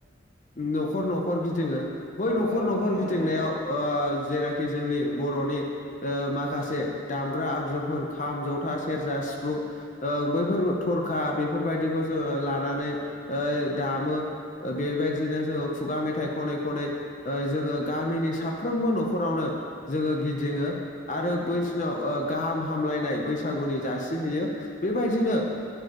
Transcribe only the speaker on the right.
औ
औ
नंगौ
नंगौ नोंथां।